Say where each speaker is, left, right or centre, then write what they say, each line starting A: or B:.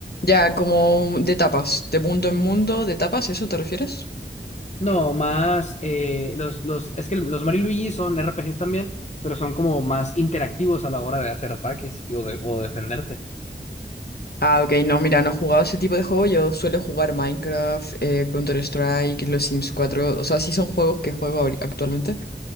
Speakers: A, on the left; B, on the left.
A: Ya, como de tapas, de mundo en mundo, de tapas, ¿eso te refieres?
B: No, más, eh, los, los, es que los Mario y Luigi son RPGs también, pero son como más interactivos a la hora de hacer ataques y- o, de, o defenderte.
A: Ah, ok, no, mira, no he jugado ese tipo de juego, yo suelo jugar Minecraft, eh, Counter-Strike, los Sims cuatro. o sea, sí son juegos que juego ahori- actualmente.